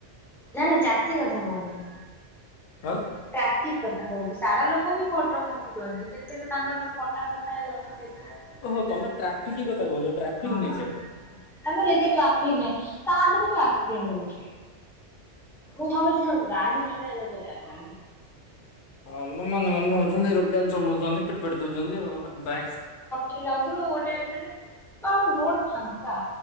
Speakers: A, in the centre; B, on the left.
A: ନା ନା ଚାଷୀ କଥା କହୁନି।
B: ଆଉ।
A: ଟ୍ରାଫିକ କଥା କହୁଚି ସାଡା ଲୋକ ବି ଖଟ ଖଟୁଛନ୍ତି କେତେକ ତାଙ୍କର ତ ଖଟା ଫଟା। ହଁ କେତେ ରକ।
B: ଓ ହୋ ତମେ ଟ୍ରାକିକି କଥା କହୁଛ ଟ୍ରାଫିକ ନାଇଁ
A: ହଁ।
B: ସେଆଡେ।
A: ତାଙ୍କର ଏତେ ଟ୍ରାଫିକ ନାହିଁ ତା ଦେହରେ ବି ଆକ୍ସିଡେଣ୍ଟ ହଉଛି। ମୁଁ ଭାବୁଛିି ଗାଡିଚଳେ ଲୋକ ଜାଣିନାହାନ୍ତି।
B: ହଁ ମନେ ମନେ ଭାବୁଛନ୍ତି <inaudible> ଚଲଉଚନ୍ତି ପିଟି ପାଟି ଦଉଚନ୍ତି ବାଇକ।
A: କି ଯାଉଥିଲୁ ଗୋଟେ ମାନେ ଆଉ ରୋଡ ଫାଙ୍କା